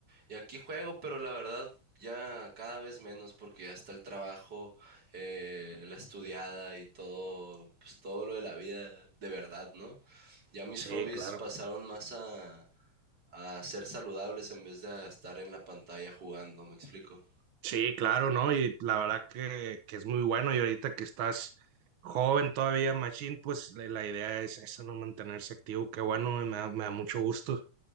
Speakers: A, on the right (about 35°); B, on the right (about 70°).
A: Y aquí juego, pero la verdad ya cada vez menos porque ya está el trabajo, eh, la estudiada y todo, pues todo lo de la vida de verdad, ¿no? Ya mis
B: sí,
A: hobbies
B: claro.
A: pasaron más a, a ser saludables en vez de a estar en la pantalla jugando, ¿me explico?
B: Sí, claro, ¿no? Y la verdad que, que es muy bueno. Y ahorita que estás joven todavía, Machine, pues la, la idea es esa, ¿no? Mantenerse activo. Qué bueno, me da, me da mucho gusto.